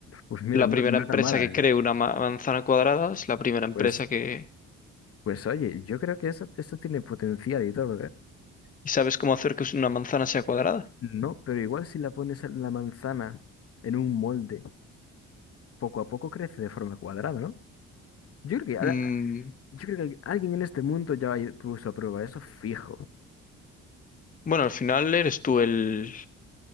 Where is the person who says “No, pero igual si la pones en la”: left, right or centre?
Left